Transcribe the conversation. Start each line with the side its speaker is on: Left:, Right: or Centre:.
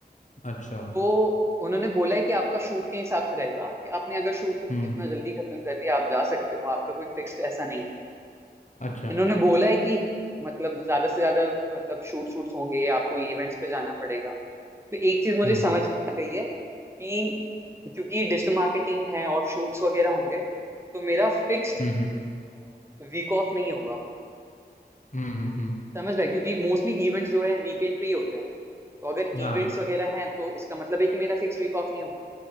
Left: अच्छा
Right: तो उन्होंने बोला है कि आपका शूट के हिसाब से रहेगा कि आपने अगर शूट
Left: हम्म
Right: जितना जल्दी खत्म कर दिया आप जा सकते हो आपका कोई फिक्स्ड ऐसा नहीं है
Left: अच्छा
Right: इन्होंने बोला है कि मतलब ज्यादा से ज्यादा मतलब शूट शूट्स होंगे आपको इवेंट्स पे जाना पड़ेगा तो एक चीज मुझे
Left: हम्म
Right: समझ में आ गई है कि क्योंकि ये डिजिटल मार्केटिंग है और शूट्स वगैरह होंगे तो मेरा फिक्स्ड
Left: हम्म हम्म
Right: वीक ऑफ नहीं होगा
Left: हम्म हम्म, हम्म,
Right: समझ रहे हैं? क्योंकि मोस्टली इवेंट्स जो है वीकेंड पे ही होते हैं तो अगर
Left: हाँ
Right: इवेंट्स वगैरह हैं तो इसका मतलब है कि मेरा फिक्स्ड वीक ऑफ नहीं होगा